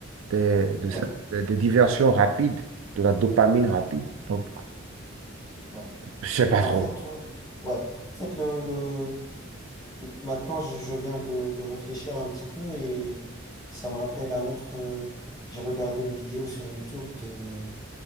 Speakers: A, on the right; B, on the left.
A: des, de
B: Ouais,
A: cette, des diversions rapides, de la dopamine rapide. Donc,
B: ouais.
A: je sais pas
B: En
A: trop.
B: fait, ouais. Ouais. En fait, le, le, M- Maintenant, je je viens de, de réfléchir un petit peu et ça me rappelle un autre. euh, j'ai regardé une vidéo sur YouTube de